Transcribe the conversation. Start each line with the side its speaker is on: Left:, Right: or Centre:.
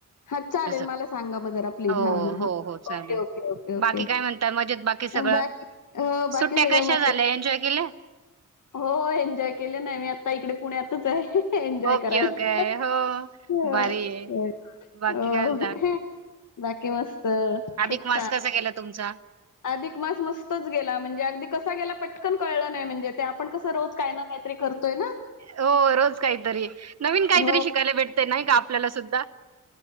Left: हां चालेल
Right: अस
Left: मला सांगा मग जरा प्लीज
Right: हो
Left: हां, हां, हां.
Right: -हो -हो चालेल
Left: ओके, ओके, ओके, ओके.
Right: बाकी काय म्हणतात मजेत? बाकी सगळं
Left: बाकी हो बाकी
Right: सुट्या
Left: सगळं
Right: कशा
Left: मजेत.
Right: झाल्या एन्जॉय केल्या?
Left: हो -हो एन्जॉय केल्या नाही मी आता इकडे पुण्यातच हाय. एन्जॉय
Right: ओके
Left: करायला
Right: ओके हो
Left: <inaudible>
Right: भारी आहे बाकी
Left: हो
Right: काय म्हणता
Left: बाकी मस्त
Right: अधिक
Left: खूप
Right: मास
Left: छान.
Right: कसा गेला तुमचा
Left: अधिक मास मस्तच गेला म्हणजे अगदी कसा गेला पटकन कळलं नाही म्हणजे ते आपण कसं रोज काय ना काहीतरी करतो तोयना
Right: हो रोज काहीतरी नवीन काहीतरी
Left: हो.
Right: शिकायला भेटते नाही का आपल्याला सुद्धा.